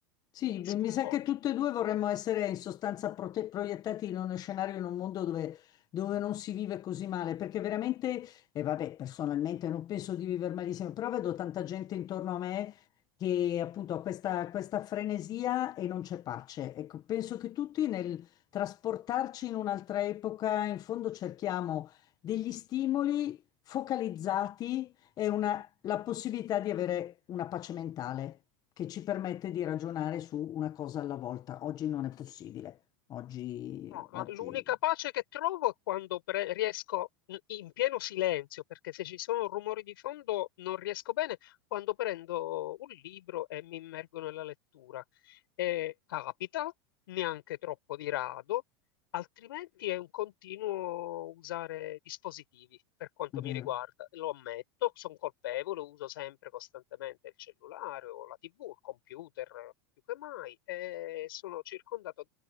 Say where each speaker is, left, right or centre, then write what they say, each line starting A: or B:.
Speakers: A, on the left; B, on the left.
A: Sì,
B: Mi
A: beh,
B: sconvolge
A: mi sa che tutte
B: un po'.
A: e due vorremmo essere in sostanza prote- proiettati in uno scenario, in un mondo dove, dove non si vive così male, perché veramente, e vabbè, personalmente non penso di vivere malissimo, però vedo tanta gente intorno a me che appunto ha questa, questa frenesia e non c'è pace. Ecco, penso che tutti nel trasportarci in un'altra epoca, in fondo cerchiamo degli stimoli focalizzati la possibilità di avere una pace mentale che ci permette di ragionare su una cosa alla volta. Oggi non è possibile. Oggi,
B: No, la-
A: oggi
B: l'unica pace che trovo è quando pre- riesco in in pieno silenzio, perché se ci sono rumori di fondo non riesco bene, quando prendo un libro e mi immergo nella lettura. E capita, neanche troppo di rado, altrimenti è un continuo usare dispositivi per quanto
A: è vero.
B: mi riguarda. Lo ammetto, sono colpevole, uso sempre costantemente il cellulare o la TV, il computer, più che mai, e sono circondato